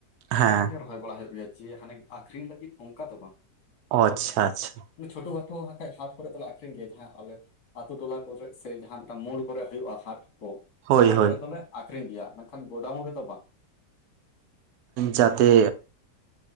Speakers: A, on the left (about 60°); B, on the right (about 70°).
A: ᱚᱱᱠᱟᱱᱟᱜ
B: ᱦᱮᱸ
A: ᱜᱮ ᱨᱚᱦᱚᱭ ᱵᱟᱲᱟ ᱦᱩᱭᱩᱜ ᱜᱮᱭᱟ ᱡᱮ ᱦᱟᱱᱮ ᱟᱠᱷᱨᱤᱧ ᱞᱟᱹᱜᱤᱫ ᱚᱱᱠᱟ ᱫᱚ ᱵᱟᱝ,
B: ᱚ ᱟᱪᱪᱷᱟ ᱟᱪᱪᱷᱟ
A: ᱷᱳᱴᱳ ᱜᱷᱟᱴ ᱵᱟᱟᱱᱡ ᱦᱟᱴ ᱠᱚᱨᱮ ᱫᱚᱞᱮ ᱟᱠᱷᱨᱤᱧ ᱜᱮᱭᱟ᱾ ᱡᱟᱦᱟᱸ ᱟᱞᱮ ᱟᱛᱳ ᱴᱚᱞᱟ ᱠᱚᱨᱮ ᱥᱮ ᱡᱟᱦᱟᱸ ᱢᱤᱫᱴᱟᱝ ᱢᱳᱲ ᱠᱚᱨᱮ ᱦᱩᱭᱩᱜᱼᱟ ᱦᱟᱴ ᱠᱚ
B: ᱦᱳᱭ
A: ᱱᱚᱣᱟ
B: ᱦᱳᱭ
A: ᱠᱚᱨᱮ ᱫᱚᱞᱮᱼᱼ ᱟᱠᱷᱨᱤᱧ ᱜᱮᱭᱟ ᱢᱮᱱ ᱠᱷᱟᱱ ᱜᱳᱰᱟᱣᱩᱱ ᱨᱮᱫᱚ ᱵᱟᱝ,
B: ᱡᱟᱛᱮ